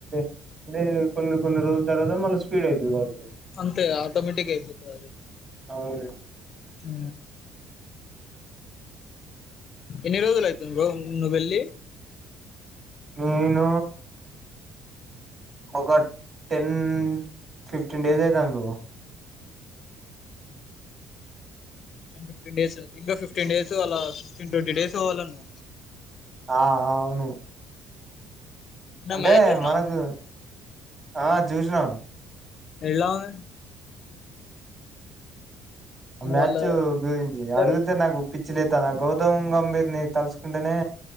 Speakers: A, on the right; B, on the left.
A: <inaudible> కొన్ని కొన్ని రోజుల తర్వాత మళ్ళ స్పీడ్ అయితది కావచ్చు.
B: అంతేగ ఆటోమేటిక్ అయిపోతది అల్లా
A: అవును
B: ఆ ఎన్ని రోజులు అవుతుంది బ్రో నువ్వు వెళ్లి
A: నేను ఒక టెన్ ఫిఫ్టీన్ డేస్ అయితది బ్రో
B: టెన్ ఫిఫటీన్ డేస్ంకా ఫిఫటీన్ డేస్ అలా ఫిఫటీన్ ట్వంట డేస్ అవాలను
A: ఆ ఆ అవును
B: నిన్న
A: అంటే
B: మ్యాచ్ చూసినా
A: మనకు ఆ చూసినాం
B: ఎలా ఉన్
A: ఆ మ్యాచ్
B: వాళ్ళ
A: గురించి
B: ఇద్దరు
A: అడుగితే నాకు పిచ్చి లేతది గౌతమ్ గంభీర్ని తలుసుకుంటేనే